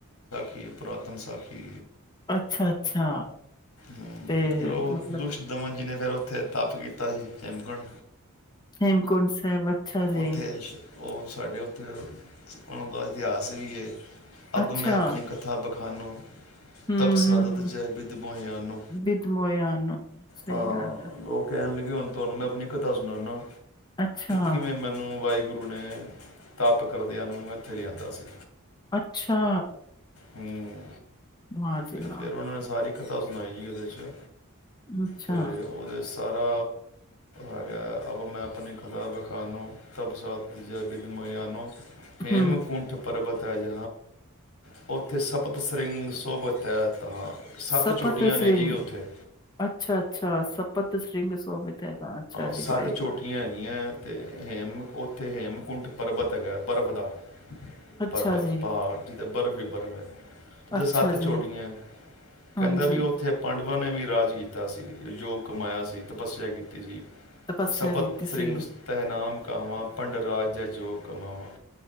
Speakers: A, on the left; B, on the left.
A: ਕੀ ਪੁਰਾਤਨ ਸਾਖੀ
B: ਅੱਛਾ-ਅੱਛਾ
A: ਹੂੰ
B: ਤੇ
A: ਫੇਰ ਉਹ
B: ਮਤਲਬ
A: ਦੁਸ਼ਟ ਦਮਨ ਜੀ ਨੇ ਫੇਰ ਉੱਥੇ ਤਪ ਕੀਤਾ ਸੀ ਚਮਕਣ
B: ਹੇਮਕੁੰਡ ਸਾਹਿਬ ਅੱਛਾ ਜੀ।
A: ਉੱਥੇ ਸ਼- ਉਹ ਸਾਡੇ ਉੱਥੇ ਉਹਨਾਂ ਦਾ ਇਤਿਹਾਸ ਵੀ ਏ। ਅਬ
B: ਅੱਛਾ
A: ਮੈਂ ਆਪਣੀ ਕਥਾ ਬਖਾਣੋ
B: ਹੂੰ,
A: ਤਪ
B: ਹੂੰ
A: ਸਾਦਤ ਜੈਬਿਦ ਮੋਹਿ ਆਨੋ।
B: ਬਿਦ ਮੋਇਆ ਨੂੰ ਸਹੀ
A: ਹਾਂ
B: ਗੱਲ ਐ,
A: ਉਹ ਕਹਿਣ ਲਗੇ ਹੁਣ ਤੁਹਾਨੂੰ ਮੈਂ ਆਪਣੀ ਕਤਾ ਸੁਣਾਨਾ।
B: ਅੱਛਾ,
A: ਕਿਵੇ ਮੈਨੂੰ ਵਾਹਿਗੁਰੂ ਨੇ ਤਪ ਕਰਦਿਆਂ ਨੂੰ ਇੱਥੇ ਲਿਆਂਦਾ ਸੀ।
B: ਅੱਛਾ
A: ਹਮ।
B: ਵਾਹ ਜੀ
A: ਤੇ
B: ਵਾਹ!
A: ਫੇਿਰ ਉਹਣ ਮੈਂ ਸਾਰੀ ਇੱਕ ਕਥਾ ਸੁਣਾਈ ਜੀ ਉਹਦੇ 'ਚ
B: ਅੱਛਾ
A: ਤੇ ਉਹਦੇ ਸਾਰਾ ਹੈਗਾ ਅਵ ਮੈਂ ਆਪਣੀ ਖਤਾ ਵਿਖਾ ਨੂੰ ਤਬ ਸਤ ਜ ਬਿਦ ਮੁਹਆ ਨੂੰ ਹੇਮਕੁੰਠ।
B: ਹੂੰ,
A: ਪਰਵਤ ਹੈ ਜ ਉਹ ਉੱਥੇ ਸਪਤ ਸਿੰਘਿੰਗ ਸੋਭ ਇਥੇ ਤਾਂ। ਸੱਤ
B: ਸਪਤ
A: ਚੋਟੀਆਂ ਨੇ
B: ਸਿੰਘ
A: ਜੀ ਉੱਥੇਹ
B: ਅੱਛਾ-ਅੱਛਾ ਸਪਤ ਸਿੰਘ ਸੋਭਿਤ ਹੈਗਾ ਅੱਛਾ
A: ਸੱਤ
B: ਜੀ ਵਾਹਿਗੁਰੂ
A: ਚੋਟੀਆਂ
B: ਜੀ,
A: ਹੈਗੀਆਂ ਹੈ ਤੇ ਹੇਮ ਉੱਥੇ ਹੇਮ ਕੁੰਠ ਪਰਬਤ ਹੈ ਬਰਫ਼ ਦਾ।
B: ਅੱਛਾ
A: ਪਰਬਤ
B: ਜੀ,
A: ਪਹਾੜ ਦੀ ਅਤੇ ਬਰਫ਼ੀ ਬਰਫ਼ ਅਤੇ
B: ਅੱਛਾ
A: ਸੱਤ ਚਛੋਟੀਆਂ
B: ਜੀ,
A: ਕਹਿੰਦਾ
B: ਹਾਂਜੀ
A: ਵੀ ਉੱਥੇ ਪੰਾਂਡ। ਾ ਨੇ ਵੀ ਰਾਜ ਕੀਤਾ ਸੀ ਯੋਗ ਕਮਾਇਆ ਸੀ ਤਪੱਸਿਆ ਕੀਤੀ ਸੀ।
B: ਤਪੱਸਿਆ
A: ਸਪਤ
B: ਕੀਤੀ
A: ਸਿੰਗਤਹਿਨਾਮ।
B: ਸੀ,
A: ਕਵਾਂ ਭੰਡ ਰਾਜ ਜਾਂ ਜੋ ਕਮਾਵਾਂ।